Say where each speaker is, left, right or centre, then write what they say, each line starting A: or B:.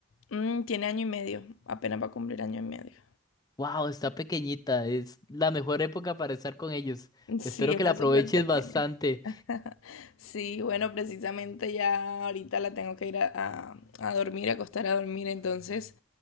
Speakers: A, on the left (about 85°); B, on the left (about 20°).
A: Mm, tiene año y medio, apenas va a cumplir año y medio.
B: Wow, está pequeñita. Es la mejor época para estar con ellos.
A: Sí,
B: Espero
A: está
B: que la aproveches
A: súper pequeña.
B: bastante.
A: <laughs> Sí, bueno, precisamente ya ahorita la tengo que ir a, a- a dormir, a acostar a dormir, entonces